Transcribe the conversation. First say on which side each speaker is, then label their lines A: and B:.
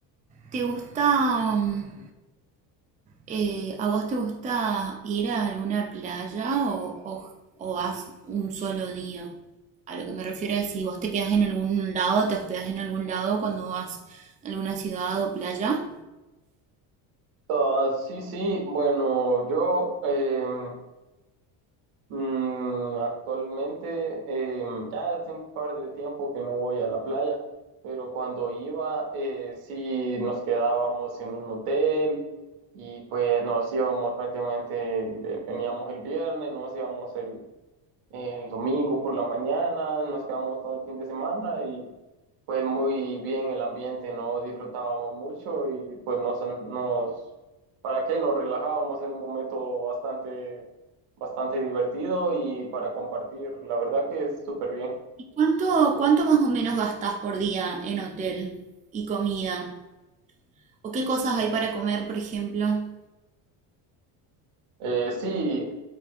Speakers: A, on the right; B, on the right.
A: ¿Te gusta? mm, Eh, ¿a vos te gusta ir a alguna playa o, o, o vas un solo día? A lo que me refiero es si vos te quedás en algún lado, te hospedás en algún lado cuando vas a alguna ciudad o playa.
B: Ah, sí, sí, bueno, yo em, Mm, actualmente, em, ya hace un par de tiempo que no voy a la playa, pero cuando iba, eh, sí nos quedábamos en un hotel y pues nos íbamos prácticamente, el- el- veníamos el viernes, nos íbamos el, el domingo por la mañana, nos quedamos todo el fin de semana fue muy bien el ambiente, no disfrutábamos mucho y pues nos, nos, ¿para qué? Nos relajábamos en un momento bastante, bastante divertido y para compartir, la verdad que es súper bien.
A: ¿Y cuánto, cuánto más o menos gastás por día en hotel y comida? ¿O qué cosas hay para comer, por ejemplo? A
B: Eh, sí,